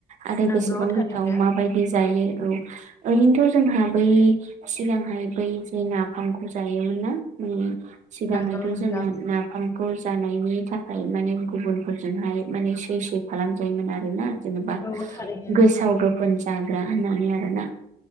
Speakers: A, on the right; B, on the left.
A: आरो
B: नंगौ
A: बेसेबां
B: थारैनो
A: गोथाव माबायदि जायो औ ओरैनोथ' जोंहा बै सिगांहाय बै जे नाफामखौ जायोमोन ना सिगांहायथ'
B: नंगौ नोंथां
A: जोंना ना ओंखामखौ जानायनि थाखाय माने गुबुनफोरजोंहाय माने सै सै खालामजायोमोन आरो ना। जेनेबा
B: औ थारैनो नोंथां
A: गोसाव गोफोन जाग्रा होननानै आरोना